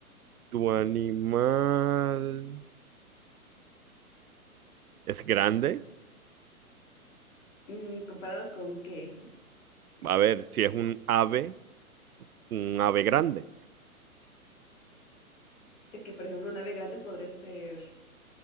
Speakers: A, on the right (about 75°); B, on the left (about 55°).
A: ¿Tu animal... Es grande.
B: mm, ¿comparado con qué?
A: A ver, si es un ave, un ave grande.
B: Es que, por ejemplo, un ave grande podría ser.